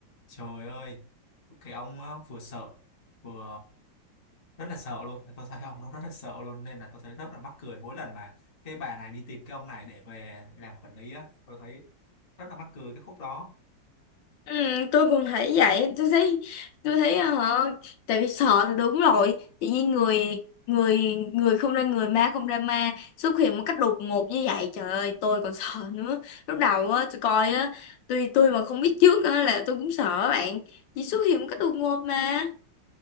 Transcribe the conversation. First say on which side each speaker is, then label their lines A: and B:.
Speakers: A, on the left; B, on the left.
A: trời ơi cái ông á, vừa sợ vừa à, rất là sợ luôn tôi thấy ông nó rất là sợ luôn nên là tôi thấy rất là mắc cười mỗi lần mà cái bà này đi tìm cái ông này để về làm quản lý á tôi thấy rất là mắc cười cái khúc đó
B: Ừ, tôi cũng thấy vậy tôi thấy tôi thấy ờ, hả tại vì sợ là đúng rồi tự nhiên người người người không ra người ma không ra ma xuất hiện một cách đột ngột như vậy trời ơi tôi còn sợ nữa lúc đầu á tôi coi á tôi tôi mà không biết trước á là tôi cũng sợ bạn chỉ xuất hiện một cách đột ngột mà